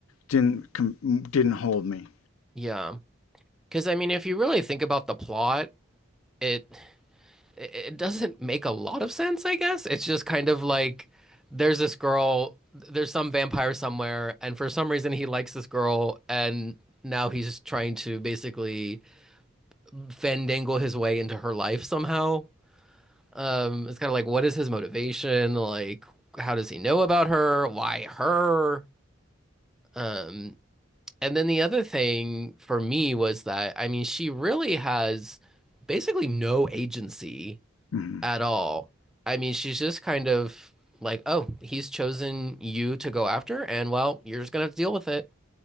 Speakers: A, on the left; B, in the centre.
A: didn't com- didn't hold me.
B: yeah. Because I mean, if you really think about the plot, it it it doesn't make a lot of sense, I guess. It's just kind of like there's this girl, there's some vampire somewhere, and for some reason he likes this girl, and now he's trying to basically fandangle his way into her life somehow. Um, it's kind of like, what is his motivation? Like, how does he know about her? Why her? Um, and then the other thing for me was that, I mean, she really has basically no agency
A: hmm
B: at all. I mean, she's just kind of like, oh, he's chosen you to go after, and well, you're just gonna have to deal with it.